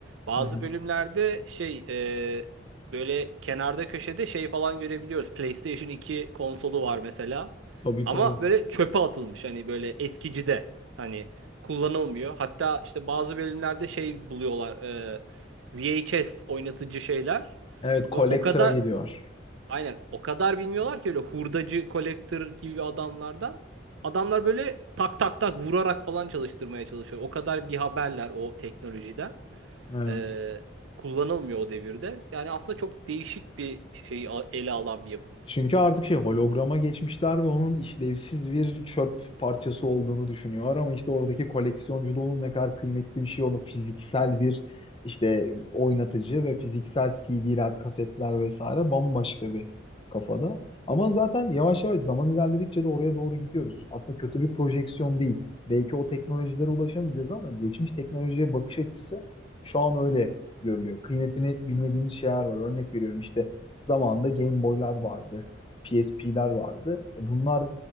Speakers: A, on the right; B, on the left.
A: Bazı
B: Hı hı.
A: bölümlerde şey e, böyle kenarda köşede şey falan görebiliyoruz. PlayStation iki konsolu var mesela.
B: Tabii
A: Ama
B: tabii.
A: böyle çöpe atılmış hani böyle eskicide hani kullanılmıyor. Hatta işte bazı bölümlerde şey buluyorlar e, VHS oynatıcı şeyler.
B: Evet, Collector'a
A: Ve O kadar
B: gidiyor.
A: Aynen o kadar bilmiyorlar ki öyle hurdacı, kolektör gibi adamlardan. Adamlar böyle tak tak tak vurarak falan çalıştırmaya çalışıyor. O kadar bir haberler o teknolojiden.
B: Evet.
A: Ee, kullanılmıyor o devirde. Yani aslında çok değişik bir şeyi a- ele alan bir yapım.
B: Çünkü artık şey holograma geçmişler ve onun işlevsiz bir çöp parçası olduğunu düşünüyor ama işte oradaki koleksiyoncu da onun ne kadar kıymetli bir şey olduğunu fiziksel bir işte oynatıcı ve fiziksel CD'ler, kasetler vesaire bambaşka bir kafada. Ama zaten yavaş yavaş zaman ilerledikçe de oraya doğru gidiyoruz. Aslında kötü bir projeksiyon değil. Belki o teknolojilere ulaşamayacağız ama geçmiş teknolojiye bakış açısı şu an öyle görülüyor. Kıymetini bilmediğimiz şeyler var. Örnek veriyorum işte Zamanında Game Boy'lar vardı. PSP'ler vardı. E bunlar